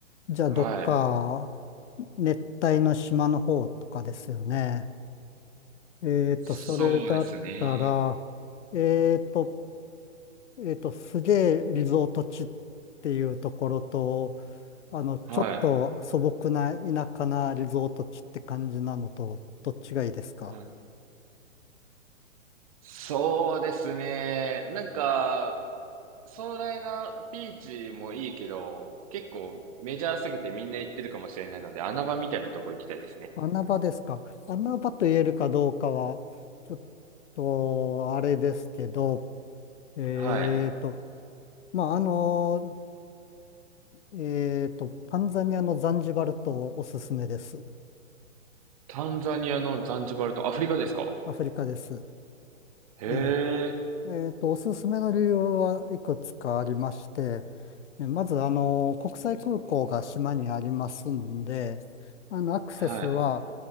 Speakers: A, on the left; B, on the right.
A: じゃあ、
B: はい。
A: どっか熱帯の島の方とかですよね。えっと、
B: そうですね。
A: それだったら、えっと、えっと、すげえリゾート地っていうところと、あの、ちょっと素朴な田舎なリゾート地って感じなのと、
B: はい。
A: どっちがいいですか
B: はい。そうですね。なんか、壮大なビーチもいいけど、結構メジャーすぎてみんな行ってるかもしれないので、穴場みたいなとこ行きたいですね。
A: 穴場ですか穴場と言えるかどうかは、ちょっと、あれですけど、えーと、
B: はい。
A: まあ、あの、えーと、タンザニアのザンジバル島おすすめです。
B: タンザニアのザンジバルとアフリカですか
A: アフリカです。
B: へ
A: え
B: え。
A: ええっと、おすすめの理由はいくつかありまして、ねまず、あの、国際空港が島にありますんで、あの、アクセスは
B: はい。